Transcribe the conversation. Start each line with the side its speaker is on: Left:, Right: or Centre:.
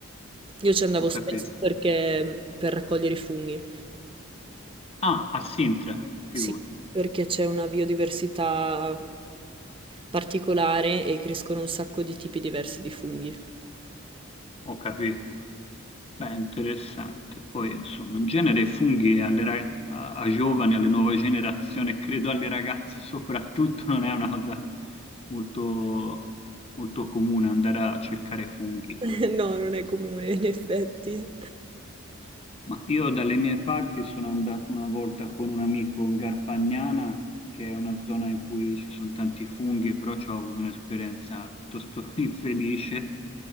Right: Io ci andavo
Left: ho capito.
Right: spesso perché per raccogliere i funghi.
Left: Ah, a Sintra, figurati,
Right: Sì, perché c'è una biodiversità particolare e crescono un sacco di tipi diversi di funghi.
Left: ho capito. Beh, interessante. Poi, insomma, in genere i funghi alle ra- a, a giovani, alle nuove generazioni, credo alle ragazze soprattutto, non è una cosa molto, molto comune andare a cercare funghi.
Right: <laughs> No, non è comune, in effetti.
Left: Ma io dalle mie parti sono andato una volta con un amico in Garfagnana, che è una zona in cui ci sono tanti funghi, però ci ho avuto un'esperienza piuttosto <laughs> infelice,